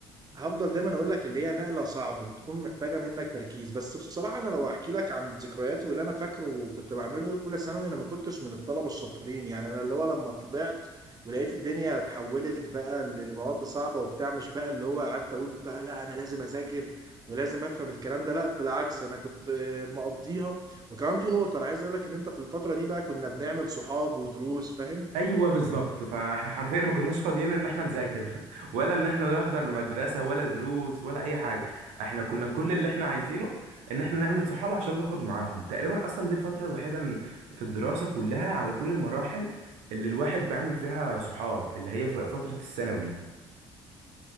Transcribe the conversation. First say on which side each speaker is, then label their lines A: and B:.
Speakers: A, on the right; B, on the right.
A: هفضل دايما اقول لك اللي هي نقله صعبه بتكون محتاجه منك تركيز بس بصراحه انا لو احكي لك عن ذكرياتي واللي انا فاكره وكنت بعمله في اولى ثانوي انا ما كنتش من الطلبه الشاطرين يعني انا اللي هو لما طلعت ولقيت الدنيا اتحولت بقى للمواد صعبه وبتاع مش بقى اللي هو قعدت اقول بقى لا انا لازم اذاكر ولازم افهم الكلام ده لا بالعكس انا كنت آه، مقضيها وكمان في نقطه انا عايز اقول لك ان انت في الفتره دي بقى كنا بنعمل صحاب ودروس فاهم
B: ايوه بالظبط فاحنا حرفيا ما كناش فاضيين ان احنا نذاكر <laughs> ولا ان احنا نحضر مدرسه ولا دروس ولا اي حاجه احنا كنا كل اللي احنا عايزينه ان احنا نعمل صحاب عشان نخرج معاهم تقريبا اصلا دي الفتره الوحيده إن- في الدراسه كلها على كل المراحل اللي الواحد بيعمل فيها صحاب اللي هي ف- فتره الثانوي